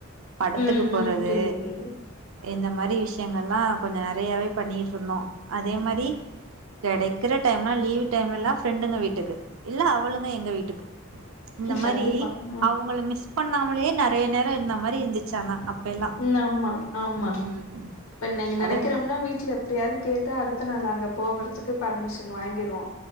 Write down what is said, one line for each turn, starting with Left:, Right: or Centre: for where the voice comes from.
Right: படத்துக்கு
Left: ம்
Right: போறது
Left: ம் புரியுது புரியுது
Right: இந்த மாரி விஷ்யங்கல்லா கொஞ்சோ நறையாவே பண்ணிட்டு இருந்தோ அதே மாரி கெடைக்குற டைம்லா லீவ் டைம்லலெல்லா ஃப்ரெண்டுங்க வீட்டுக்கு இல்ல அவளுங்க எங்க வீட்டுக்கு இந்த மாரி
Left: கண்டிப்பா ம்
Right: அவுங்கள மிஸ் பண்ணாமலயே நறைய நேரோ இருந்த மாரி இருந்துச்சு ஆனா அப்பயெல்லா
Left: உம் ஆமா ஆமா
Right: ம்
Left: இப்ப நீங்க
Right: அதெல்லா
Left: நெனைக்கிறோம்னா வீட்ல எப்புடியாது கேட்டு அடுத்த நாள் அங்க போகறதுக்கு பர்மிஷன் வாங்கிருவோ